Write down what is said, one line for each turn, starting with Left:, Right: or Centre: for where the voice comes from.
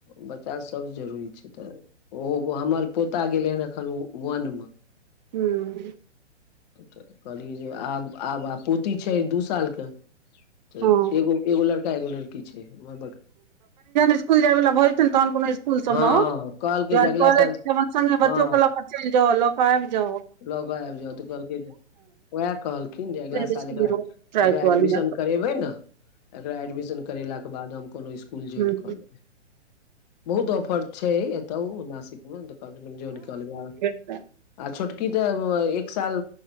Left: बच्चा सब जरूरी छै तऽ ओहो हमर पोता गेलै हन एखन उ वन मे।
Right: हूँ।
Left: तऽ कहलियै जे आब आ पोति छै दू सालके। तऽ
Right: हँ
Left: एगो- एगोल लड़का एगो लड़की छै माँ
Right: स्कुल जाइ बला भऽ जेतै तहन कोनो स्कुल सब
Left: हँ
Right: म ऽ।
Left: कहलकै
Right: जइन
Left: जे अगिला
Right: कॉलेज
Left: साल
Right: से बच्चो
Left: हँ
Right: के लऽ क चैल जौ लऽ के आइब जौ।
Left: लऽ कऽ आइब जाउ तऽ कहलखिन उएहे कहलखिन जे अगिला
Right: ट्राइ
Left: साल एकरा। एकरा
Right: कऽ
Left: एडमिशन
Right: लिअ
Left: करेबै ने एकरा एडमिशन करेलाके बाद हम कोनो स्कुल ज्वाइन
Right: हँ
Left: कऽ लेबै। बहुत ऑफर छै एतौ नासिक मे कहलखिन ज्वाइन कऽ लेबै।
Right: तऽ
Left: आ छोटकी तऽ एक साल